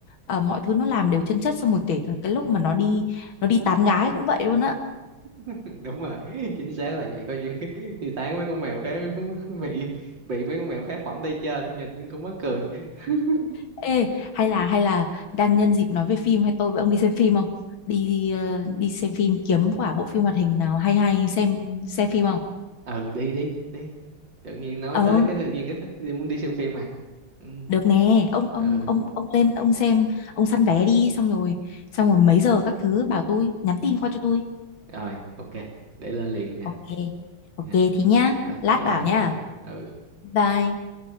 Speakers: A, on the left; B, on the right.
A: Ờ, mọi thứ nó làm đều chân chất xong rồi kể cả cái lúc mà nó đi nó đi tán gái cũng vậy luôn á
B: <laughs> đúng rồi chính xác là vậy có những <laughs> thì tán mấy con mèo khác <laughs> bị bị mấy con mèo khác phỏng đi chơi nhìn cũng mắc cười <laughs>
A: Ê, hay là hay là đang nhân dịp nói về phim hay tôi với ông đi xem phim không? Đi ờ, đi xem phim kiếm quả bộ phim hoạt hình nào hay hay xem xem phim không?
B: ừ đi đi đi tự nhiên nói
A: Ờ,
B: tới cái tự nhiên cái thích đi muốn đi xem phim à ừ
A: được nè, ông ông
B: ừ
A: ông ông lên ông xem, ông săn vé đi xong rồi, xong rồi mấy giờ các thứ bảo tôi, nhắn tin qua cho tôi.
B: rồi ok để lên liền nè
A: Ok. Ok
B: nha
A: thế nhá,
B: rồi
A: lát
B: rồi
A: bảo nhá.
B: bye bye ừ
A: Bye.